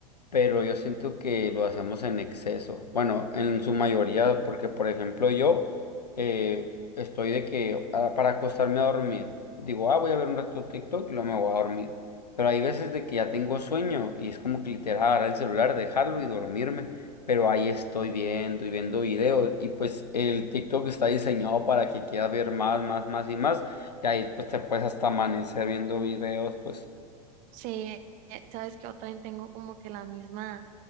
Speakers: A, on the left; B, on the right.
A: pero yo siento que lo hacemos en exceso. Bueno, en su mayoría, porque por ejemplo yo eh, estoy de que ah, para acostarme a dormir, digo, ah, voy a ver un rato TikTok y luego me voy a dormir. Pero hay veces de que ya tengo sueño y es como que literal agarrar el celular, dejarlo y dormirme. Pero ahí estoy viendo y viendo videos y pues el TikTok está diseñado para que quieras ver más, más, más y más. Y ahí pues te puedes hasta amanecer viendo videos, pues.
B: Sí, eh, sabes que yo también tengo como que la misma